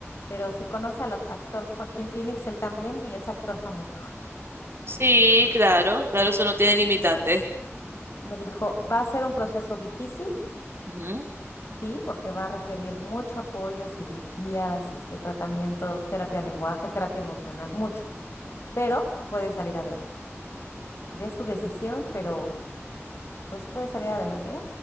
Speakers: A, on the left (about 60°); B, on the right (about 55°).
A: Pero si conoce al actor Joaquín Phoenix, él también y es actor famoso.
B: Sí, claro, claro, eso no tiene limitantes.
A: <laughs> Me dijo, va a ser un proceso difícil,
B: Ujú,
A: sí, porque va a requerir mucho apoyo, cirugías, este, tratamientos, terapia de lenguaje, terapia emocional, mucho, pero puede salir adelante. O sea, de su decisión, pero pues puede salir adelante ya.